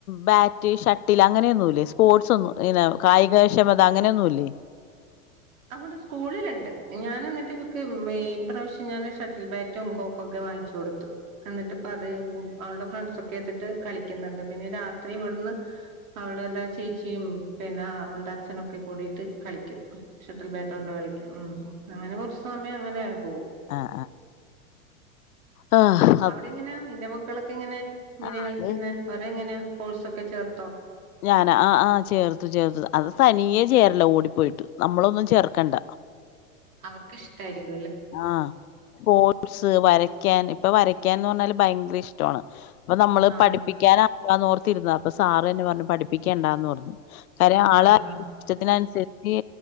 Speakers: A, on the left; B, on the right.
A: ബാ റ്റ് ഷട്ടിൽ അങ്ങനെയൊന്നുമില്ലേ സ്പോർട്സ് ഒന്നും ഇങ്ങനെ കായിക ക്ഷമത അങ്ങനെയൊന്നുമില്ലേ
B: ഒണ്ട് സ്കൂളിലുണ്ട് ഞാൻ എന്നിട്ട് ഇവക്ക് മെയിൽ ഇപ്രാവശ്യം ഞാൻ ഷട്ടിൽ ബാറ്റും കോക്കും ഒക്കെ വാങ്ങിച്ചു കൊടുത്തു എന്നിട്ട് ഇപ്പം അത് അവളുടെ ഫ്രണ്ട്സൊക്കെ എത്തിട്ട് കളിക്കുന്നുണ്ട് പിന്നെ രാത്രി ഇവിടുന്ന് അവളുടെ ചേച്ചിയും പിന്നെ അവളുടെ അച്ഛനൊക്കെ കൂടീ ട്ട് കളിക്കും ഷട്ടിൽ ബാറ്റൊണ്ട് കളിക്കാം ഉം അങ്ങനെ കുറച്ച് സമയം അങ്ങനെ പോകും
A: ആഹ് ആഹ് ആഹ് ആഹ് അത്
B: അവിടെ എങ്ങനെയാ നിന്റെ മക്കളൊക്കെ എങ്ങനെ ഇങ്ങനെയാ
A: ആഹ്
B: കളിക്കുന്ന
A: അത്
B: അവിരെങ്ങനെയാ കോഴ്സ് ഒക്കെ ചേർത്തോ
A: ഞാനാ ആ ആ ചേർത്തു ചേർത്തു അത് തനിയെ ചേരല്ല ഓടിപ്പോയിട്ട് നമ്മളൊന്നും ചേർ ക്കണ്ട
B: അവർക്ക് ഇഷ്ടായിരിക്കും
A: ആ സ്പോർട്സ് വരക്കാൻ ഇപ്പൊ വരക്ക ക്കാൻന്ന് പറഞ്ഞാല് ഭയങ്കര ഇഷ്ടമാണ് അപ്പൊ നമ്മള്
B: ആ ആ
A: പഠിപ്പിക്കാനാ താന്ന് ഓർത്തിരുന്ന അപ്പ സാർ തന്നെ പറഞ്ഞു പഠിപ്പിക്കണ്ടാന്ന് പറഞ്ഞു കാര്യം ആള
B: ആഹാ
A: ഇഷ്ടത്തിനനുസരിച്ച്